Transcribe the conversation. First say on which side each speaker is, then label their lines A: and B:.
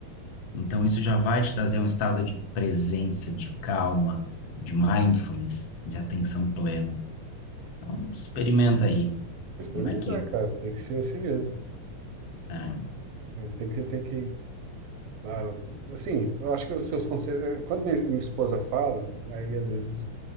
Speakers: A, on the left; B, on the right.
A: Então, isso já vai te trazer um estado de presença, de calma, de mindfulness, de atenção plena. Então, experimenta aí
B: experimentar,
A: como é que.
B: cara. Tem que ser assim mesmo.
A: É,
B: Eu tenho que, tem que, ah, assim, eu acho que os seus conselhos. é, Quando minha, minha esposa fala, aí às vezes